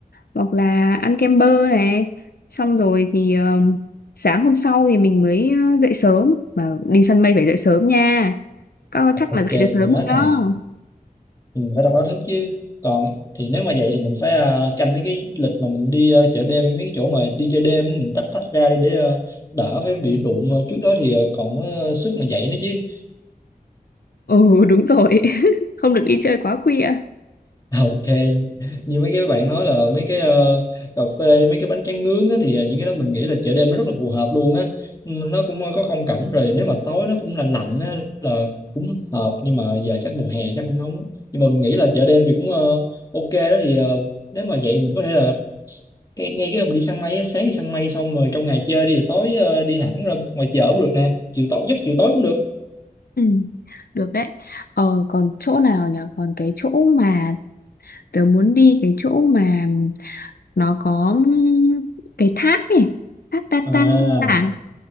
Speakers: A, on the left (about 85°); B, on the left (about 25°).
A: hoặc là ăn kem bơ này. Xong rồi thì ờ, sáng hôm sau thì mình mới ờ, dậy sớm mà đi săn mây phải dậy sớm nha. Các con
B: Ok,
A: chắc là dậy được sớm
B: nhớ
A: không đó?
B: nè. Mình phải đọc báo thức chứ. Còn thì nếu mà vậy thì mình phải ờ, canh mấy cái lịch mà mình đi ờ, chợ đêm mấy cái chỗ mà đi chơi đêm mình tách tách ra đi để ờ, đỡ phải bị đụng ờ, trước đó thì ờ, còn có sức mà dậy nữa chứ.
A: Ừ đúng rồi. <laughs> Không được đi chơi quá khuya.
B: <laughs> Ok, như mấy cái bạn nói là mấy cái ờ, cà phê, mấy cái bánh tráng nướng á, thì ờ, những cái đó mình nghĩ là chợ đêm nó rất là phù hợp luôn á. Ừ, Nó cũng ờ, có không cảnh rồi nếu mà tối nó cũng lạnh lạnh á, là cũng hợp nhưng mà giờ chắc mùa hè chắc cũng nóng. á. Nhưng mà mình nghĩ là chợ đêm thì cũng ờ, ok đó thì ờ, nếu mà vậy mình có thể là s- ngay, ngay cái hôm mình đi săn mây á, sáng đi săn mây xong rồi trong ngày chơi đi rồi tối ờ, đi thẳng ra ngoài chợ cũng được nè, chiều tối giấc chiều tối cũng được.
A: Ừ, được đấy. Ờ, còn chỗ nào nhỉ? Còn cái chỗ mà tớ muốn đi cái chỗ mà nó có ừm, cái thác này, thác Tatan
B: À,
A: à,